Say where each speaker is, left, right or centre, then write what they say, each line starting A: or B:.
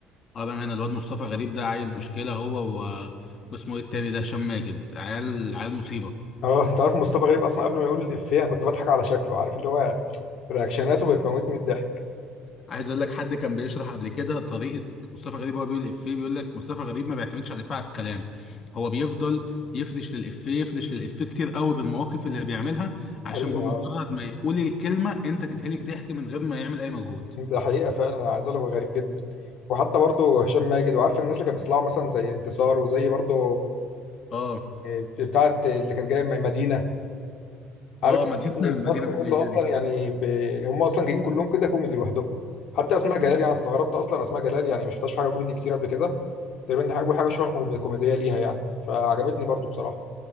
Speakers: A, on the left; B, on the left.
A: اه بامانه الواد مصطفى غريب ده عيل مشكله هو و... واسمه ايه التاني ده هشام ماجد عيال عيال مصيبه
B: اه انت عارف مصطفى غريب اصلا قبل ما يقول الافيه انا كنت بضحك على شكله عارف اللي هو رياكشناته بتموتني من الضحك
A: عايز اقول لك حد كان بيشرح قبل كده طريقه مصطفى غريب وهو بيقول الافيه بيقول لك مصطفى غريب ما بيعتمدش على الافيه على الكلام هو بيفضل يفرش للافيه يفرش للافيه كتير قوي بالمواقف اللي بيعملها
B: ده
A: عشان
B: حقيقه
A: بمجرد
B: اه
A: ما يقول الكلمه انت تتهلك ضحك من غير ما يعمل اي مجهود
B: ده حقيقه فعلا انا عايز اقول لك هو غريب جدا وحتى برضه هشام ماجد وعارف الناس اللي كانت بتطلع مثلا زي انتصار وزي برضه
A: اه
B: إيه، بتاعه اللي كانت جايه م- مدينه عارف
A: اه مدينه
B: إن
A: <laughs>
B: الكاست
A: مدينه من
B: كله
A: نيجيريا
B: اصلا يعني ب... هم اصلا جايين كلهم كده كوميدي لوحدهم حتى اسماء جلال يعني استغربت اصلا اسماء جلال يعني مش شفتهاش في حاجه كوميدي كتير قبل كده تقريبا دي حاجه حاجه شبه كوم- كوميديه ليها يعني فعجبتني برضو بصراحه